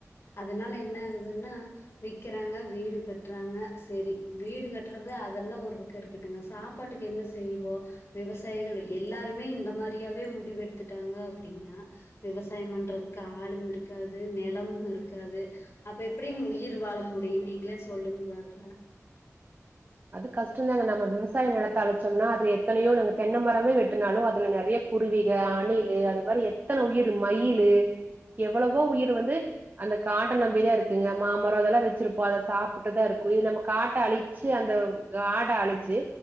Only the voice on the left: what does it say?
அதனால என்ன ஆகுதுன்னா விக்கறாங்க வீடு கட்டுறாங்க சரி வீடு கட் றது அதெல்லா ஒரு பக்கோ இருக்கட்டுங்க சாப்பாட்டுக்கு என்ன செய்வோ விவசாயிகள் எல்லாருமே இந்த மாரியாவே முடிவு எடுத்துட்டாங்க அப்டின்னா விவசாயம் பண்றதுக்கு ஆளும் இருக்காது நெலமு இருக்காது அப்ப எப்டிங்க உயிர் வாழ முடியு நீங்களே சொல்லுங்க பாக்கால